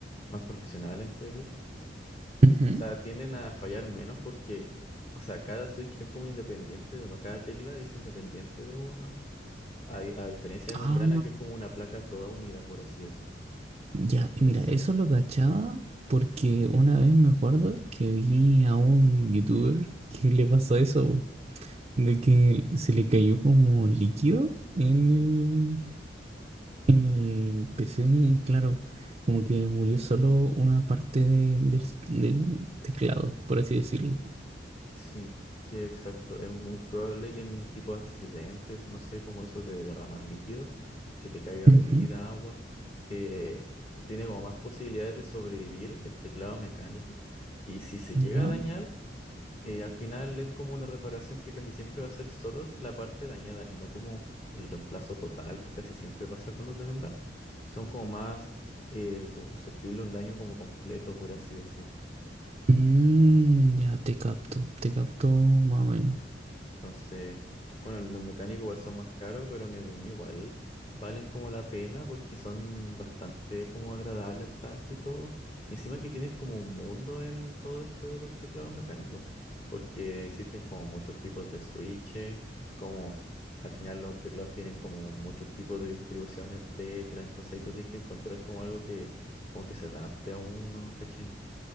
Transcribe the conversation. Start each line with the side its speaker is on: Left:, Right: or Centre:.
Left: más profesionales en teoría.
Right: Ujú.
Left: O sea, tienden a fallar menos porque, o sea, cada switch es como independiente de uno, cada tecla es independiente de uno. A, di- a diferencia de
Right: Ah,
Left: membrana, que es como una placa toda unida, por así decir.
Right: ya, mira,
Left: Entonces,
Right: eso lo cachaba porque una vez me acuerdo que vi a un youtuber que le pasó eso, po, de que se le cayó como líquido en
Left: ujú,
Right: el, en el PC y claro, como que murió solo una parte del, del- del teclado, por así decirlo.
Left: sí, sí, exacto. Es muy probable que en tipo de accidentes, no sé, como eso de derramar líquidos, que se te caiga
Right: Ujú,
Left: bebida, agua, eh, tiene como más posibilidades de sobrevivir el teclado mecánico. Y si se llega
Right: Ya.
Left: a dañar, eh, al final es como una reparación que casi siempre va a ser solo la parte dañada y no como el reemplazo total que casi siempre pasa con los de membrana. Son como más eh, como susceptibles a un daño como completo, por así decir.
Right: Mm, ya te capto, te capto más o menos.
Left: Entonces, bueno, los mecánicos igual son más caros, pero en mi opinión igual valen como la pena porque son bastante como agradable al tacto y todo. Y encima que tienes como un mundo en todo esto de los teclados mecánicos, porque existen como muchos tipos de switches, como al final los teclados tienen como muchos tipos de distribuciones de teclas, entonces ahí tú tienes que encontrar como algo que como que se adapte a uno, ¿cachai?